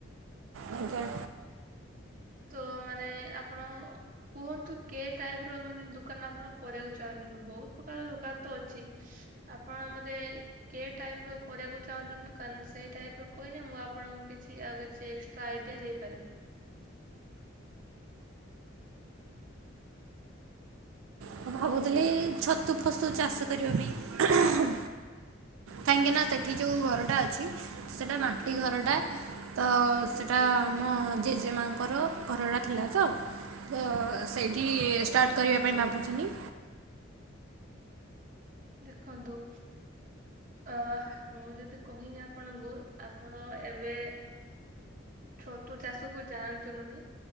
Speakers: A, on the right; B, on the right.
A: ଆଜ୍ଞା।
B: ତ ମାନେ ଆପଣ କୁହନ୍ତୁ କେ ଟାଇପର ମାନେ ଦୁକାନ ଆପଣ କରିଆକୁ ଚାହୁଁଛନ୍ତି ବହୁତ ପ୍ରକାର ଦୋକାନ ତ ଅଛି। ଆପଣ ମତେ କେ ଟାଇପର କରିଆକୁ ଚାହୁଁଛନ୍ତି ଦୋକାନ ସେଇ ଟାଇପର କହିନେ ମୁଁ ଆପଣଙ୍କୁ କିଛି ଆଉ କିଛି ଏ ତ ଆଇଡିଆ ଦେଇପାରିବି।
A: ମୁଁ ଭାବୁଥିଲି ଛତୁ ଫସୁ ଚାଷ କରିବା ପାଇଁ। କାହିଁକି ନା ସେଠି ଯୋଉ ଘରଟା ଅଛି ସେଟା ମାଟି ଘରଟା। ତ ସେଇଟା ଆମ ଜେଜେ ମାଙ୍କର ଘରଟା ଥିଲା ତ ତ ସେଇଠି ଷ୍ଟାର୍ଟ କରିବା ପାଇଁ ଭାବୁଥିନି।
B: ଦେଖନ୍ତୁ ଅ ମୁଁ ଯଦି କହିମି ଆପଣଙ୍କୁ ଆପଣ ଏବେ ଛତୁ ଚାଷ କୁ ଯାଆନ୍ତୁନୁନି।